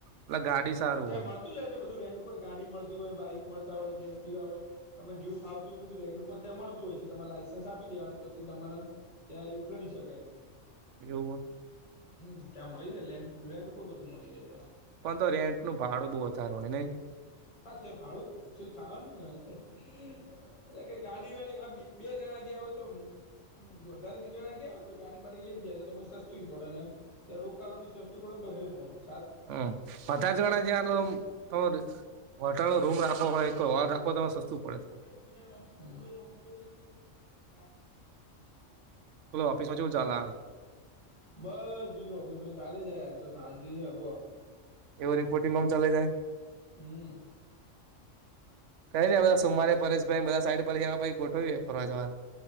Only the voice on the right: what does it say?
એટલે ગાડી સારું
ઓમ
એવુ હોય.
પણ તો રેન્ટ ન ભાડું બહુ વધારું હોય નહી.
હમ પચાજ ગણા જેલો તમર હોટલ નો રૂમ રાખવો હોય હોલ રાખવો તો સસ્તું પડે છે.
બોલો ઓફિસમાં કેવું ચાલે હાલ.
એવો રિપોર્ટિંગ રમ ચાલી જાય.
કઈ ની હવે
સોમવારે પરેશભાઈ બધા સાઈડ પર ગયા પછી ગોઠવવી ફરવા જવાનું.